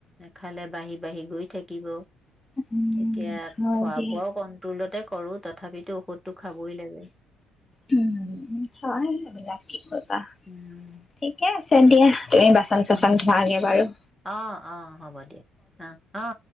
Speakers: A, in the centre; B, on the left.
A: খালে বাঢ়ি বাঢ়ি গৈ থাকিব
B: উম
A: এতিয়া
B: হয়
A: খোৱা
B: দিয়া
A: বোৱাও কন্ট্ৰলতে কৰোঁ তথাপিতো ঔষধটো খাবই লাগে
B: উম, হয় এইবলাক কি কৰিবা,
A: উম
B: ঠিকে আছে দিয়া। তুমি বাচন চাচন ধোৱা নিয়ে বাৰু।
A: অহ, অহ হ'ব দিয়া। অহ, অ।